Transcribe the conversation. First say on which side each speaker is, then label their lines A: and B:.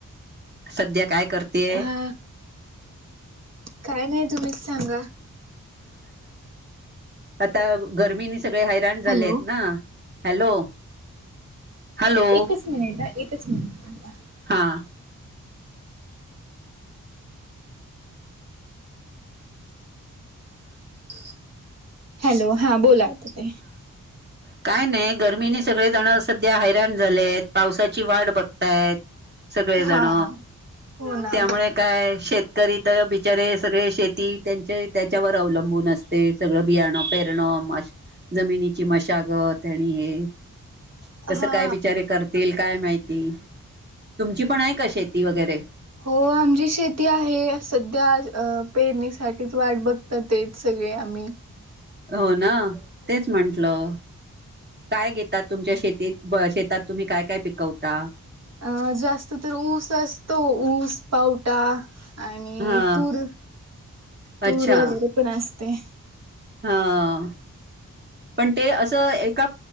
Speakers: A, on the right (about 35°); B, on the right (about 55°).
A: सध्या काय? करतेय
B: हा काय नाही तुम्हीच सांगा.
A: आता गर्मीनी सगळे हैराण झाले
B: हॅलो
A: आहेत ना. हॅलो. हॅलो
B: एकच मिनिट अ एकच मिनट थांबा.
A: हा हो <inaudible>
B: हॅलो हा बोला त ते.
A: काय नाही गर्मीने सगळेजण सध्या हैराण झालेत पावसाची वाट बघतायेत. सगळेजण
B: हा हो ना
A: त्यामुळे काय शेत. तरी तर बिचारे सगळे शेती त्यांचे त्याच्यावर अवलंबून असते सगळं बियाणं पेरणं. जमिनीची मशागत आणि हे कस
B: हा
A: काय बिचारे करतील. काय माहिती तुमची पण आहे का शेती वगैरे
B: हो आमची शेती आहे सध्या पेरणीसाठीच वाट बघतात ते सगळे. आमही
A: हो ना तेच म्हंटलं. काय घेतात तुमच्या शेतीत शेतात तुम्ही काय काय पिकवता.
B: अं जास्त तर ऊस असतो ऊस पावटा आणि
A: हा
B: तूर तूर
A: अच्छा
B: वगैरे पण असते.
A: हा. पण ते असं एका